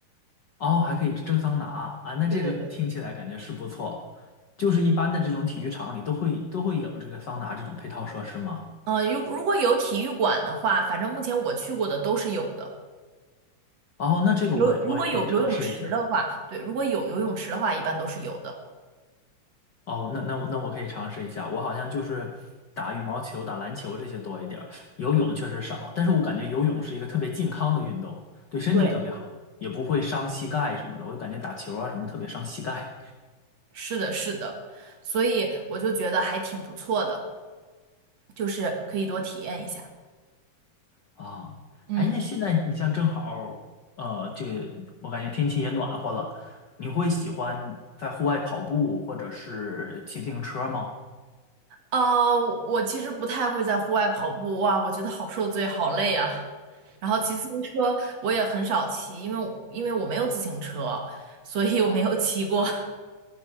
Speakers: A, on the left (about 85°); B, on the right (about 50°).
A: 哦，还可以蒸桑拿啊，那这个听起来感觉是不错。
B: 对对对。
A: 就是一般的这种体育场里都会都会有这个桑拿这种配套设施吗？
B: 嗯，呃如如果有体育馆的话，反正目前我去过的都是有的。
A: 哦，那这个我也我也可以尝试一下。
B: 有，如果有游泳池的话，对，如果有游泳池的话，一般都是有的。
A: 哦，那那我那我可以尝试一下。我好像就是打羽毛球、打篮球这些多一点儿，游泳确实少。但是我感觉游泳是一个特别健康的运动，对身体特别好，
B: 对，
A: 也不会伤膝盖什么的。我就感觉打球啊什么特别伤膝盖
B: 是的，是的，所以我就觉得还挺不错的，就是可以多体验一下。
A: 啊。
B: 嗯，
A: 哎呀，现在你像正好，呃，这个我感觉天气也暖和了，你会喜欢在户外跑步或者是骑自行车吗？
B: 呃，我其实不太会在户外跑步，哇，我觉得好受罪，好累啊。然后骑自行车我也很少骑，因为我因为我没有自行车，所以我没有骑过。<laughs>